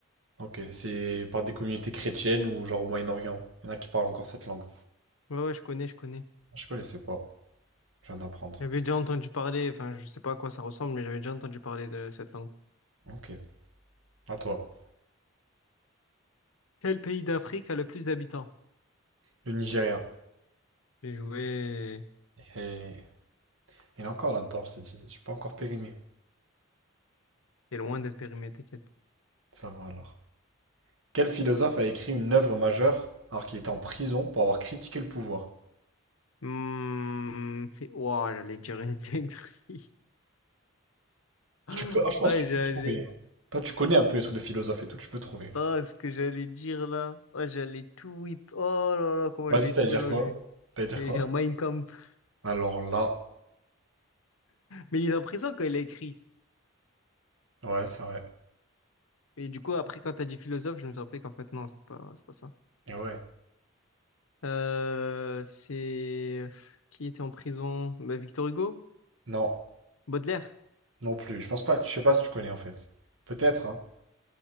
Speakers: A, on the right; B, on the left.
A: Ok, c'est par des communautés chrétiennes ou genre au Moyen-Orient. Il y en a qui parlent encore cette langue.
B: Ouais, ouais, je connais, je connais.
A: Je connaissais pas. Je viens d'apprendre.
B: J'avais déjà entendu parler, enfin, je sais pas à quoi ça ressemble, mais j'avais déjà entendu parler de cette langue.
A: Ok, à toi.
B: Quel pays d'Afrique a le plus d'habitants?
A: Le Nigeria.
B: J'ai joué.
A: Hey. Il est encore là-dedans, je t'ai dit. Je suis pas encore périmé.
B: T'es loin d'être périmé, t'inquiète.
A: Ça va alors. Quel philosophe a écrit une œuvre majeure alors qu'il était en prison pour avoir critiqué le pouvoir?
B: Hmm, c'est... Ouah, j'allais dire une dinguerie. <laughs>
A: Tu peux, ah, je pense
B: Ouais,
A: que tu
B: j'allais.
A: peux trouver. Toi, tu connais un peu les trucs de philosophe et tout, tu peux trouver.
B: Oh, ce que j'allais dire là. Oh, j'allais tout whip. Oh là là, comment
A: Vas-y,
B: j'allais
A: t'allais
B: tout mélanger.
A: dire quoi? T'allais dire
B: J'allais
A: quoi?
B: dire Mein Kampf.
A: Alors là,
B: Mais il est en prison quand il a écrit.
A: ouais, c'est vrai.
B: Et du coup, après, quand t'as dit philosophe, je me suis rappelé qu'en fait, non, c'est pas, c'est pas ça.
A: Et ouais.
B: Euh, c'est. Qui était en prison? Bah, Victor Hugo?
A: Non,
B: Baudelaire.
A: non plus. Je pense pas. Je sais pas si tu connais en fait. Peut-être, hein.